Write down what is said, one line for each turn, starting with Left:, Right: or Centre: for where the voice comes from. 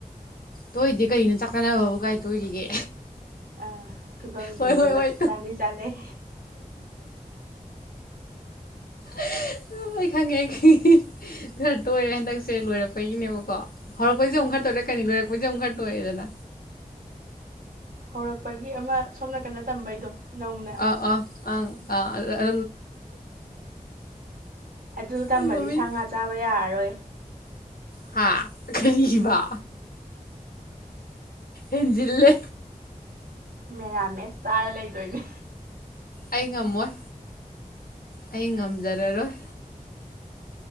Left: ꯇꯣꯏꯗꯤꯦ ꯀꯔꯤꯅꯣ ꯆꯥꯛꯀꯠꯅꯕꯕꯨ ꯀꯥꯏ ꯇꯣꯏꯔꯤꯒꯦ
Right: ꯑꯥ ꯐꯤꯕꯝꯁꯤꯡꯗꯨꯒ
Left: ꯍꯣꯏ ꯍꯣꯏ ꯍꯣꯏ
Right: ꯆꯥꯗꯤ ꯆꯥꯟꯅꯩ
Left: ꯑ ꯍ ꯑꯩ ꯈꯪꯉꯦ ꯑꯩ ꯈꯪꯉꯦ ꯐꯔ ꯇꯣꯏꯔꯦ ꯍꯟꯗꯛꯁꯦ ꯂꯣꯏꯔꯛꯄꯒꯤꯅꯦꯕꯀꯣ ꯍꯔꯛ ꯀꯣꯏꯦ
Right: ꯎꯝ
Left: ꯎꯈꯥ ꯇꯧꯔ ꯀꯅꯤ ꯂꯣꯏ ꯃꯖꯝ ꯈꯠ ꯑꯣꯏꯗꯅ
Right: ꯍꯧꯔꯛꯄꯒꯤ ꯑꯃ ꯁꯣꯝꯅ ꯀꯟꯅ ꯇꯝꯕꯩꯗꯣ ꯅꯧꯅ
Left: ꯑ ꯑꯥ ꯑꯥ ꯑꯥ
Right: ꯑꯗꯨ ꯇꯝꯃꯗꯤ
Left: ꯑꯩ ꯃꯃꯤꯡ
Right: ꯁꯥ ꯉꯥ ꯆꯥꯕ ꯌꯥꯔꯔꯣꯏ
Left: ꯍꯥ ꯀꯔꯤꯕ ꯑ ꯖꯤꯜꯂꯦ
Right: ꯃꯦꯔꯥꯝꯃꯦ ꯆꯥꯏ ꯂꯩꯗꯣꯏꯅꯦ
Left: ꯑꯩ ꯉꯝꯃꯣꯏ ꯑꯩ ꯉꯝꯖꯔꯔꯣꯏ